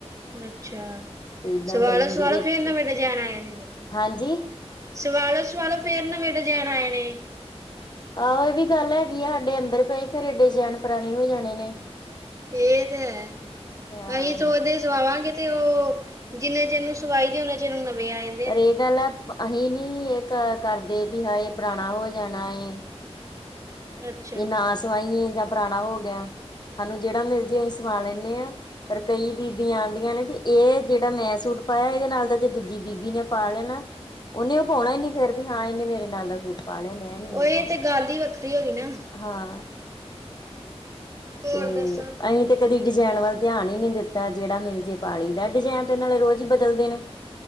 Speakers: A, on the right; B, on the left.
A: ਅੱਛਾ,
B: ਤੇ ਏਦਾਂ
A: ਸਵਾਲੋ-ਸਵਾਲੋ
B: ਗਰਮੀ ਦੇ ਵਿੱਚ
A: ਫੇਰ ਨਬੇੜ ਜਾਣਾ ਹੋਏ।
B: ਹਾਂਜੀ
A: <unintelligible> ਸਵਾਲੋ-ਸਵਾਲੋ ਫੇਰ ਨਬੇੜ ਜਾਣ ਆਏ ਨੇ।
B: ਆਹੋ ਏ ਵੀ ਗੱਲ ਹੈਗੀ ਆ ਹਾਡੇ ਅੰਦਰ ਪਈ ਫਿਰ ਏਡੇ ਸਾਲ ਪਰਾਣੇ ਹੋ ਜਾਣੇ ਨੇ।
A: ਏ ਤੇ ਹੈ,
B: ਹਾਂ
A: ਅਹੀ ਸੋਚਦੇ ਧੁਵਾਵਾਂਗੇ ਤੇ ਔ ਜਿੰਨੇ ਚਿਰ ਨੂੰ ਸਵਾਈ ਜਾਣੇ ਔਨੇ ਚਿਰ ਨੂੰ ਨਵੇਂ ਆ ਜਾਣੇ।
B: ਪਰ ਏ ਗੱਲ ਐ ਅਹੀ ਨੀ ਇੱਕ ਕਰਦੇ ਬੀ ਹਾਏ ਪਰਾਣਾ ਹੋ ਜਾਣਾ ਏ।
A: ਅੱਛਾ
B: ਕਿ ਨਾ ਸਵਾਈਏ ਜਾਂ ਪੁਰਾਣਾ ਹੋ ਗਿਆ, ਸਾਨੂੰ ਜੇੜਾ ਮਿਲ ਜੇ ਔ ਹੀ ਸਵਾ ਲੈਨੇ ਆ। ਪਰ ਕਈ ਬੀਬੀਆਂ ਆਂਦੀਐ ਨੇ ਬੀ ਏ ਜੇੜਾ ਮੈਂ ਸੂਟ ਪਾਇਆ ਏਦੇ ਨਾਲ ਦਾ ਜੇ ਦੂਜੀ ਬੀਬੀ ਨੇ ਪਾ ਲੈਣਾ ਔਨੇ ਔ ਪੋਉਣਾ ਈ ਨਈ ਫਿਰ ਵੀ ਹਾਂ ਏਨੇ ਮੇਰੇ ਨਾਲ ਦਾ ਸੂਟ ਪਾ ਲਿਆ, ਮੈਂ ਨੀ
A: ਔ
B: ਇਹ
A: ਏ
B: ਪਾਉਣਾ।
A: ਤੇ ਗਲ ਈ ਵੱਖਰੀ ਹੋ ਗੀ ਨਾ।
B: ਹਾਂ।
A: ਹੋਰ
B: ਤੇ
A: ਦੱਸੋ
B: ਅਹੀ ਤੇ ਕਦੀ ਡਜੈਨ ਵੱਲ ਧਿਆਨ ਈ ਨੀ ਦਿੱਤਾ ਜੇੜਾ ਮਿਲ ਜੇ ਪਾ ਲਈ ਦੈ। ਡਜੈਨ ਤੇ ਨਾਲੇ ਰੋਜ਼ ਈ ਬਦਲਦੇ ਨੇ।